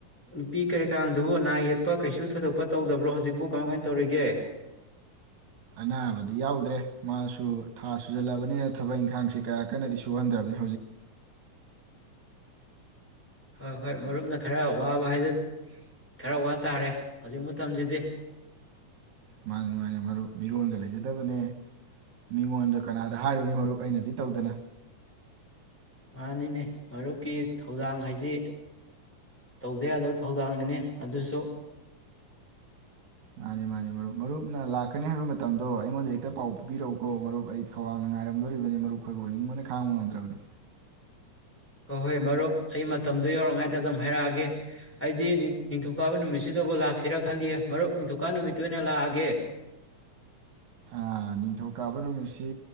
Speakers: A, in the centre; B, on the right.
A: ꯅꯨꯄꯤ ꯀꯔꯤ ꯀꯔꯥꯡꯗꯨꯕꯨ ꯅꯌ‌ꯦꯛꯄ ꯀꯩꯁꯨ ꯊꫭꯏꯗꫭꯛꯄ ꯇꯧꯗꯕꯔ꯭ꯣ ꯍꯧꯖꯤꯛꯄꯨ ꯀꯃꯥꯟ- ꯀꯃꯥꯟ ꯇꯧꯔꯤꯒ‌ꯦ꯫
B: ꯑꯅꯥꯕꯗꯤ ꯌꯥꯎꯗꯔ꯭ꯦ ꯃꯥꯁꯨ ꯊꯥ ꯁꯨꯖꯤꯟꯂꯛ ꯑꯕꯅꯤꯅ ꯊꯕꯛ ꯏꯪꯈꯥꯡꯁꯤ ꯀꯌꯥꯀꯟꯅꯗꯤ ꯁꯨꯍꯟꯗꯔ꯭ꯥꯕꯅꯤ꯫
A: ꯍꫭꯏ- ꯍꫭꯏ ꯃꯔꯨꯞꯅ ꯈꯔ ꯋꯕ ꯍꯥꯏꯗꯨ ꯈꯔ ꯋꯥꯇꯥꯔ‌ꯦ ꯍꯧꯖꯤꯛ ꯃꯇꯝꯁꯤꯗꯤ꯫
B: ꯃꯟꯅꯤ ꯃꯟꯅꯤ ꯃꯔꯨꯞ ꯃꯤꯔꯣꯜꯒ ꯂꯩꯖꯗꯕꯅꯦ ꯃꯤꯉꯣꯟꯗ ꯀꯅꯥꯗ ꯍꯥꯢꯔꯨꯅꯤ ꯃꯔꯨꯞ ꯑꯩꯅꯗꯤ ꯇꯧꯗꯅ꯫
A: ꯃꯥꯟꯅꯤꯅꯦ ꯃꯔꯨꯞꯀꯤ ꯊꯧꯗꯥꯡꯍꯥꯢꯖꯤ ꯇꯧꯗ ꯌꯥꯗꯕ ꯊꯧꯗꯥꯡꯅꯤꯅꯦ ꯑꯗꯨꯁꯨ꯫
B: ꯃꯥꯟꯅꯤ ꯃꯥꯟꯅꯤ ꯃꯔꯨꯞ ꯃꯔꯨꯞꯅ ꯂꯥꯛꯀꯅꯤ ꯍꯥꯢꯕ ꯃꯇꯝꯗꯣ ꯑꯩꯉꯣꯟꯗ ꯍꯦꯛꯇ ꯄꯥꯎ ꯄꯤꯕꯤꯔꯛꯎꯀꯣ ꯃꯔꯨꯞ ꯑꯩ ꯈꯧꯔꯥꯡꯅ ꯉꯥꯢꯔꯝꯗꯧꯔꯤꯕꯅꯤ ꯃꯔꯨꯞꯈꯣꯢꯕꯨ ꯎꯅꯤꯡꯕꯅ ꯈꯥꯡꯕ ꯉꯝꯗ꯭ꯔꯕꯅꯤ꯫
A: ꯍꯣ ꯍꯣꯢ ꯃꯔꯨꯞ ꯑꯩ ꯃꯇꯝꯗꯣ ꯌꯧꯔꯛꯉꯩꯗ ꯑꯗꯨꯝ ꯍꯥꯢꯔꯛꯑꯒꯦ ꯑꯩꯗꯤ ꯅꯤꯡ ꯅꯤꯡꯊꯧꯀꯥꯕ ꯅꯨꯃꯤꯠꯇꯕꯨ ꯂꯥꯛꯁꯤꯔ ꯈꯜꯂꯤꯌꯦ ꯃꯔꯨꯞ ꯅꯤꯡꯊꯧꯀꯥꯕ ꯅꯨꯃꯤꯠꯇ ꯑꯣꯢꯅ ꯂꯥꯛꯑꯒꯦ꯫
B: ꯑꯥ ꯅꯤꯡꯊꯧꯀꯥꯕ ꯅꯨꯃꯤꯠꯁꯤ